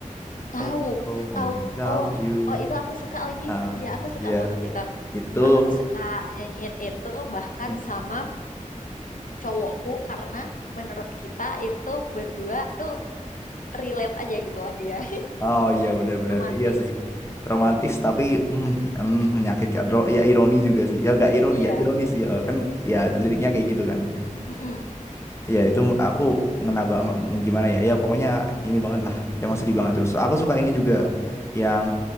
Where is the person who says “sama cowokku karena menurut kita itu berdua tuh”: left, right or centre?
Left